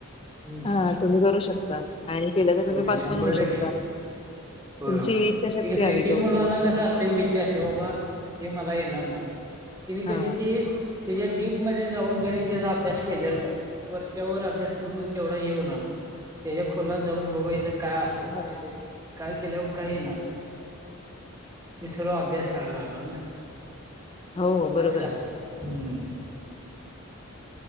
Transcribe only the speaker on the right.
हम्म
होय
शंभर
टक्के
होय,
होय ते
कसं,
एक एक
मुलांना
कसं असतय, भीती असते, बाबा, हे मला येणार नाही. तिने,
कधी ते त्याच्या डीप मध्ये जाऊन कधी त्याचा अभ्यास केलेला नसतो, वरच्या वर अभ्यास करून तेवढा हे होणार त्याच्या खोलात जाऊन बाबा याचा काय अर्थ होणार,
हयाचं काय केल्यावर काय येणार? ते सर्व अभ्यास करायला लागणार ना?
असं,
असं हम्म